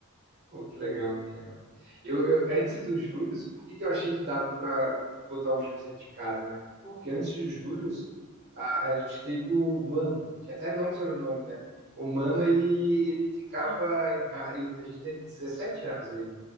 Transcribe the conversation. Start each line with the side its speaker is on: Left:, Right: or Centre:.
Right: Pô, que legal, que legal. Eu, eu, antes do Júlio, por que que eu achei que dava pra botar o Júlio dentro de casa, né?
Centre: Por
Right: Porque
Centre: quê?
Right: antes do Júlio, a, a gente teve o Mano, tinha até nome e sobrenome, né? O Mano, ele, ele ficava
Centre: Hum.
Right: em casa. A gente teve 17 anos, ele.